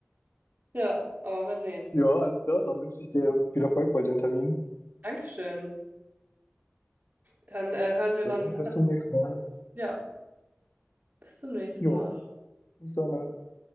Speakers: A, on the right (about 40°); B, on the left (about 60°).
A: ja, aber mal sehen.
B: ja, alles klar. Dann wünsche ich dir viel Erfolg bei dem Termin.
A: Dankeschön. Dann äh, hören wir
B: Dann
A: wann.
B: bis zum nächsten Mal.
A: Ja, bis zum nächsten
B: Jo,
A: Mal.
B: bis dann. ja.